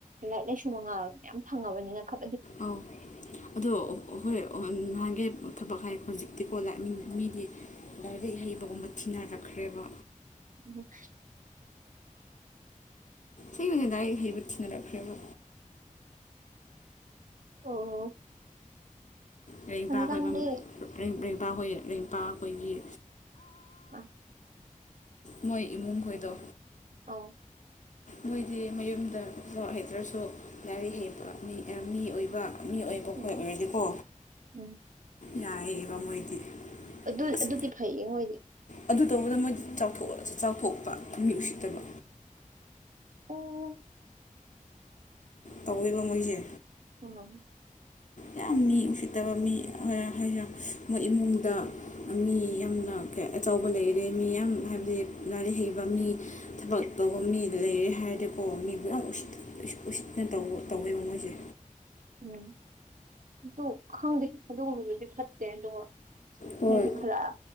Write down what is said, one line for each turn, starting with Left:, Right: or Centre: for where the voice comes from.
Right: ꯂꯥꯏꯔꯤꯛ ꯂꯥꯏꯁꯨ ꯃꯉꯥꯜ ꯃꯌꯥꯝ ꯐꯪꯉꯕꯅꯤꯅ ꯈꯗꯤ
Left: ꯑꯥꯎ ꯑꯗꯣ ꯍꯣꯏ ꯅꯍꯥꯟꯒꯤ ꯊꯕꯛ ꯍꯥꯏ ꯍꯧꯖꯤꯛꯇꯤꯀꯣ ꯂꯥꯛ ꯃꯤꯗꯤ ꯂꯥꯏꯔꯤꯛ ꯍꯩꯕꯒꯨꯝꯕ ꯊꯤꯅꯔꯛꯈ꯭ꯔꯦꯕ
Right: ꯎꯝ
Left: ꯊꯕ ꯑꯣꯏꯅꯗꯥꯥꯏ ꯑꯩ ꯍꯩꯕꯨ ꯊꯤꯅꯔꯛꯈ꯭ꯔꯦꯕ
Right: ꯑꯣ
Left: ꯔꯔꯦꯡꯄꯥꯛ
Right: ꯍꯧꯖꯤꯛꯀꯥꯟꯗꯤ
Left: ꯍꯣꯏꯦꯡꯄꯥꯛꯈꯣꯏꯦꯡꯄꯥꯛꯈꯣꯏꯒꯤ
Right: ꯑ
Left: ꯃꯣꯏ ꯏꯃꯨꯡ ꯈꯣꯏꯗꯣ
Right: ꯑꯥꯎ
Left: ꯃꯣꯏꯗꯤ ꯃꯌꯨꯝꯗ ꯂ ꯍꯩꯇ꯭ꯔꯁꯨ ꯂꯥꯏꯔꯤꯛ ꯍꯩꯕ ꯃꯤ ꯃꯤ ꯑꯣꯏꯕ ꯃꯤ ꯑꯣꯏꯕꯈꯣꯏ
Right: ꯎꯝ
Left: ꯑꯣꯏꯔꯗꯤꯀꯣ
Right: ꯎꯝ
Left: ꯌꯥꯏꯑꯕ ꯃꯣꯏꯗꯤ
Right: ꯑꯗꯨ
Left: ꯑꯁ
Right: ꯑꯗꯨꯗꯤ ꯐꯩꯌꯦ ꯃꯣꯏꯗꯤ
Left: ꯑꯗꯨ ꯇꯧꯕꯗ ꯃꯣꯏꯗꯤ ꯆꯥꯎꯊ ꯆꯥꯎꯊꯣꯛꯄ ꯃꯤ ꯎꯁꯤꯠꯇꯕ
Right: ꯑꯣ
Left: ꯇꯧꯋꯦꯕ ꯃꯣꯏꯁꯦ
Right: ꯎꯝ
Left: ꯌꯥꯝ ꯃꯤ ꯅꯨꯡꯁꯤꯠꯇꯕ ꯃꯤ ꯍ ꯍ ꯃꯣꯏ ꯏꯃꯨꯡꯗ ꯃꯤ ꯌꯥꯝꯅ ꯑꯆꯧꯕ ꯂꯩꯔꯦ ꯃꯤ ꯌꯥꯝ ꯍꯥꯏꯕꯗꯤ ꯂꯥꯏꯔꯤꯛ ꯍꯩꯕ ꯃꯤ ꯊꯕꯛ ꯇꯧꯕ ꯃꯤ ꯂꯩꯔꯦ ꯍꯥꯏꯔꯗꯤꯀꯣ ꯃꯤꯕꯨ ꯌꯥꯝ ꯎꯁꯤꯠꯇꯦ ꯎꯁꯤꯠꯅ ꯇꯧꯕ ꯇꯧꯋꯦꯕ ꯃꯣꯏꯁꯦ
Right: ꯎꯝ ꯑꯗꯨ ꯈꯪꯗꯦ ꯑꯗꯨꯒꯨꯝꯕꯗꯨꯗꯤ ꯐꯠꯇꯦ ꯑꯗꯨꯒ
Left: ꯍꯣꯏ
Right: ꯍꯥꯏꯗꯤ ꯈꯔ